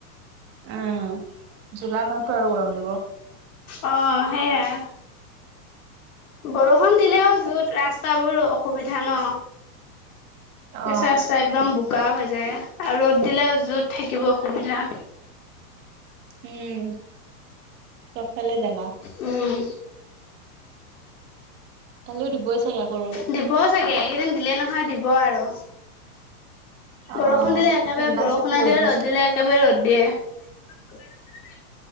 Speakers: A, on the right; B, on the left.
A: উম জুলাই মাহতো আৰু গৰম দিব
B: অ সেইয়াই বৰষুণ দিলেও যত ৰাস্তাবোৰ অসুবিধা ন
A: অ
B: কেচা ৰাস্তা একদম বোকা হৈ যায় আৰু ৰ'দ দিলে যুত থাকিব অসুবিধা <unintelligible>
A: উম চবফালে জালা
B: উম
A: কালিও দিবই চাগে আকৌ ৰ'দ
B: দিব চাগে এইকেইদিন দিলে নহয় দিব আৰু বৰষুণ
A: অ
B: দিলে একেবাৰে
A: ইণ্টাৰ্ণশ্বিপো
B: বৰষুণে
A: কৰিব
B: দিয়ে ৰ'দ
A: আছে
B: দিলে একেবাৰে ৰ'দ দিয়ে